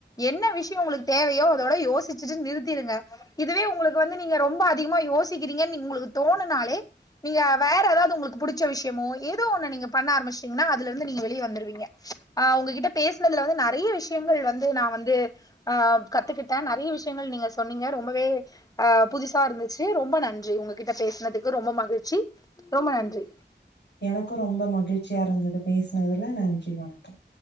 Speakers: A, on the left; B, on the left.
A: என்ன விஷயோ உங்களுக்கு தேவையோ இதோட யோசிச்சிட்டு நிறுத்திருங்க இதுவே உங்களுக்கு வந்து நீங்க ரொம்ப அதிகமா யோசிக்கிறீங்கன்னு நீ உங்களுக்கு தோணுனாலே நீங்க வேற எதாவ்து உங்களுக்கு புடிச்ச விஷயமோ ஏதோ ஒண்ணு நீங்க பண்ண ஆரம்பிச்சுட்டீங்கன்னா அதுல இருந்து நீங்க வெளிய வந்துருவீங்க ஆ உங்ககிட்ட பேசினதுல வந்து நெறைய விஷயங்கள் வந்து நா வந்து ஆ கத்துக்கிட் டே நெறைய விஷயங்கள் நீங்க சொன்னீங்க ரொம்பவே ஆ புதுசா இருந்துச்சு ரொம்ப நன்றி உங்ககிட்ட பேசுனதுக்கு ரொம்ப மகிழ்ச்சி ரொம்ப நன்றி
B: எனக்கு ரொம்ப மகிழ்ச்சியா இருந்தது பேசினதுல நன்றி வணக்கம்